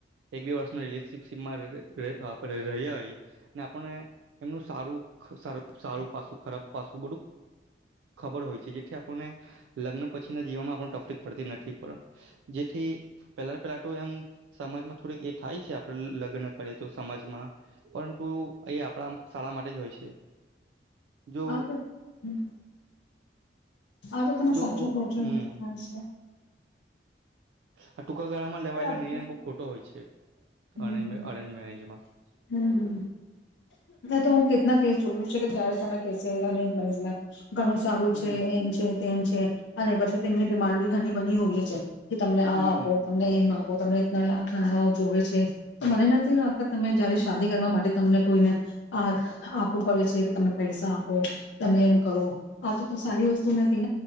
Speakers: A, on the right (about 85°); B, on the left (about 80°).
A: એક બે વર્ષના રિલેશનશીપમાં રહ્યાય ને આપને એમનું સારું સારું સારું પાસું ખરાબ પાસું બધું ખબર હોય છે જેથી. લગ્ન પ. પછી ના જીવનમાં આપ તકલીફ પડતી નથી પણ જેથી પેલા પેલા એમ. સમાજમાં થોડીક એ થાય છે આપડ લગ્ન કરે તો સમાજમાં પરંતુ એ આપણા શાળા માટે જ હોય છે. જો
B: હ સર હ. હા તો તમે
A: જો
B: સાચું બહો છો
A: હમ
B: એમ થાય છે.
A: આ ટૂંકા ગાળામાં લેવાયેલા
B: અરે આપી
A: નિ
B: દે.
A: બહ ખોટો હોય છે.
B: હમ
A: અરન્જ
B: હમ
A: અરન્જ મે. જમાં. <unintelligible>
B: હમ તો હું કેટના કેસ જોયું છે કે ત્યારે તમે કેસે અને લ. ઘણું સારું
A: હમ
B: છે એમ છે. તેમ છે અને પછી તેમની ડિમાન્ડ બી ઘણી બની હોય છે. કે તમને આ
A: હમ
B: આપો તમને એમ તમને <unintelligible> જોવે છે તો મને નથી લાગતા તમે જયારે શાદી કરવા માટે તમને કોઈને આ આપવું પડે છે. કે તમે પૈસા. તમે એમ કહો આ તો તો સારી વસ્તુ. નથી